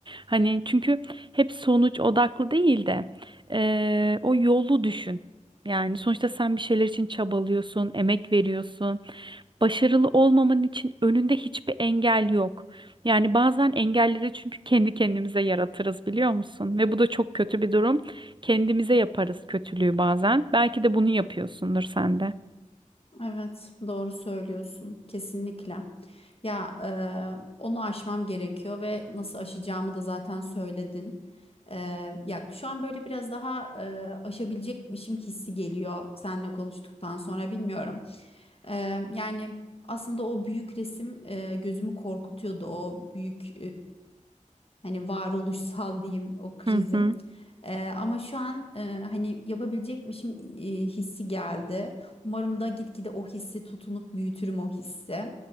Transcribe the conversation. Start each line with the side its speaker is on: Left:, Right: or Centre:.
Right: Hani çünkü hep sonuç odaklı değil de. Ee, o yolu düşün. Yani sonuçta sen bir şeyler için çabalıyorsun, emek veriyorsun. Başarılı olmaman için önünde hiçbir engel yok. Yani bazen engelleri çünkü kendi kendimize yaratırız biliyor musun? Ve bu da çok kötü bir durum. Kendimize yaparız kötülüğü bazen. Belki de bunu yapıyorsundur sen de.
Left: Evet, doğru söylüyorsun. Kesinlikle. Ya e, onu aşmam gerekiyor ve nasıl aşacağımı da zaten söyledin. E, ya şu an böyle biraz daha e, aşabilecekmişim hissi geliyor seninle konuştuktan sonra bilmiyorum. E, yani aslında o büyük resim e, gözümü korkutuyordu. O büyük Hani varoluşsal diyeyim o krizim.
Right: Hı hı.
Left: Eee, ama şu an eee, hani yapabilecekmişim eee, hissi geldi. Umarım da gitgide o hissi tutunup büyütürüm o hissi.